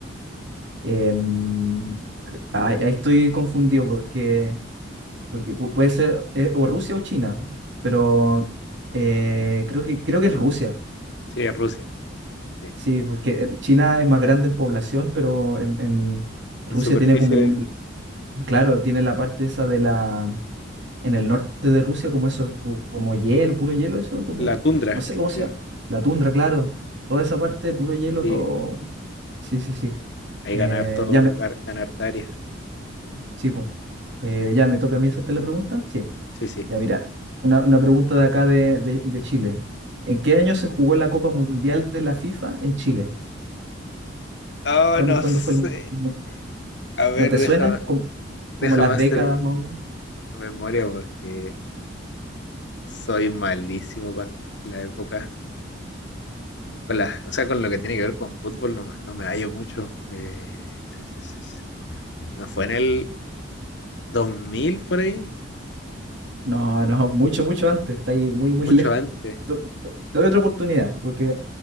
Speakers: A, on the right; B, on the left.
A: Em, ay, ahí estoy confundido porque porque pu- puede ser eh, o Rusia o China, pero eh, creo que, creo que es Rusia,
B: Sí, Rusia. Sí.
A: sí, porque eh, China es más grande en población, pero en, en Rusia
B: En superficie,
A: tiene como un, claro, tiene la parte esa de la, en el norte de Rusia, como eso, co- como hielo, puro hielo, eso, como,
B: la tundra.
A: no sé cómo
B: Sí.
A: se llama, la tundra, claro, toda esa parte, puro hielo,
B: Sí.
A: todo, sí, sí, sí,
B: Ahí
A: Eh,
B: ganar harto,
A: ya me,
B: gar- gana harta área.
A: sí, po. Eh, ya me toca a mí hacerte la pregunta, sí.
B: Sí, sí.
A: Ya mira, una, una pregunta de acá de, de- de Chile. ¿En qué año se jugó la Copa Mundial de la FIFA en Chile?
B: Oh,
A: ¿Cuán-
B: no
A: ¿Cuándo,
B: sé.
A: fue el... mu- mu-
B: A ver,
A: ¿No te
B: déjame,
A: suena? ¿Como,
B: déjame
A: como las décadas
B: hacer un-
A: más o menos?
B: memoria porque soy malísimo con la época. Con la, o sea, con lo que tiene que ver con fútbol no me, no me hallo mucho. Eh, sí, sí, sí, sí. ¿No fue en el 2000 por ahí?
A: No, no, mucho, mucho antes. Está ahí muy, muy
B: Mucho
A: <laughs> lejos.
B: antes.
A: Te, te doy otra oportunidad, porque